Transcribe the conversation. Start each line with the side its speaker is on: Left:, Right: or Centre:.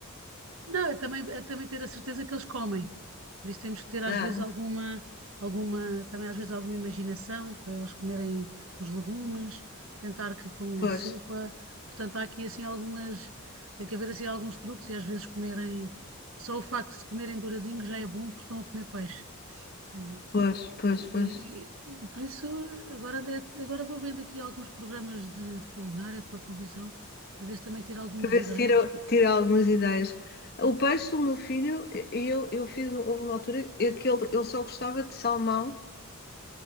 Right: Não, é também, é também ter a certeza que eles comem. Por isso temos que ter às
Left: Ah,
Right: vezes alguma, alguma, também às vezes alguma imaginação para eles comerem os legumes, tentar que com
Left: pois,
Right: a sopa. Portanto, há aqui assim algumas, tem que haver assim alguns truques e às vezes comerem, só o facto de comerem douradinho já é bom porque estão a comer peixe, né?
Left: pois, pois,
Right: E,
Left: pois.
Right: e- e por isso agora, andei a- agora vou vendo aqui alguns programas de, de culinária pela televisão para ver se também tiro algumas
Left: para ver
Right: ideias.
Left: se tira, tira algumas ideias. O peixe, o meu filho, eu, eu fiz, houve uma altura em que ele, ele só gostava de salmão,